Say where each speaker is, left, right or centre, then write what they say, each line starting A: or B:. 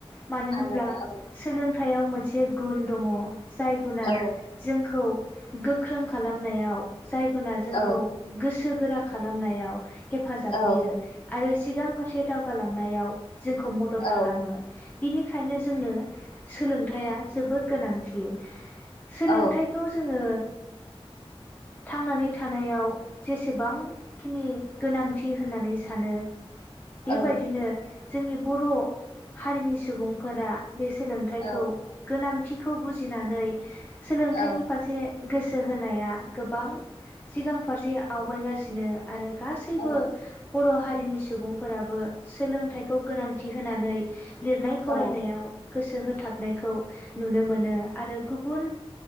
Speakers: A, on the left; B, on the left.
A: मानो
B: आलादा
A: होनब्ला
B: औ
A: सोलोंथायाइयाव मोन मोनसे गुन दङ। जाय गुना
B: औ
A: जोंखौ गोख्रों खालामनायाव। जाय गुना जोंखौ
B: औ
A: गोसो गोरा खालामनायाव। हेफाजाब
B: औ
A: होयो आरो। सिगां फारसे दावगालांनायाव जोंखौ मदद
B: औ
A: खालामो। बिनिखायनो जोंनो सोलोंथायाइया जोबोद गोनांथि। सोलोंथाइखौ
B: औ
A: जोङो थांनानै थानायाव जेसे जेसेबांखिनि गोनांथि होननानै सानो। बेबायदिनो।
B: औ
A: जोंनि बर' हारिनि सुबुंफोरा बे सोलोंथाइखौ
B: औ
A: गोनांथि। खौ बुजिनानै सोलोंथाइनि
B: औ
A: फारसे गोसो होनाया गोबां सिगां फारसे आवगायगासिनो आरो। गासैबो
B: औ
A: बर' हारि। हारिनि सुबुंफोराबो सोलोंथाइखौ गोनांथि होनानै लिरनाय फरायनायाव।
B: औ
A: गोसो होथाबनायखौ नुनो मोनो ओ आरो गुबुन